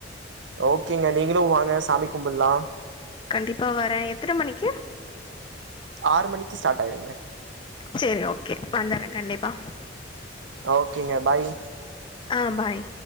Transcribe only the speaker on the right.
ஓகேங்க நீங்களு வாங்க சாமி கும்பல்லா
ஆறு மணிக்கு ஸ்டாட் ஆயிருங்க
ஓகேங்க பாய்